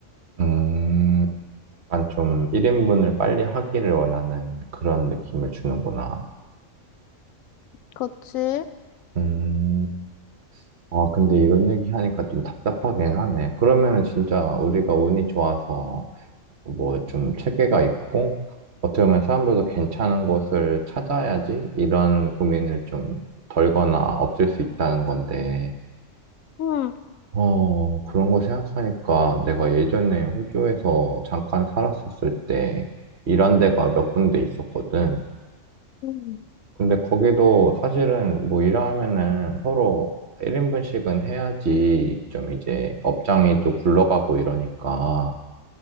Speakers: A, on the right (about 55°); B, on the left (about 90°).
A: 음, 약간 좀 1인분을 빨리 하기를 원하는 그런 느낌을 주는구나.
B: 그렇지?
A: 음, 아, 근데 이런 얘기 하니까 좀 답답하긴 하네. 그러면은 진짜 우리가 운이 좋아서 뭐 좀 체계가 있고, 어떻게 보면 사람들도 괜찮은 곳을 찾아야지 이런 고민을 좀 덜거나 없앨 수 있다는 건데,
B: 응.
A: 어, 그런 거 생각하니까 내가 예전에 호주에서 잠깐 살았었을 때 일한 데가 몇 군데 있었거든.
B: 응.
A: 근데 거기도 사실은 뭐 일하면은 서로 1인분씩은 해야지 좀 이제 업장이 좀 굴러가고 이러니까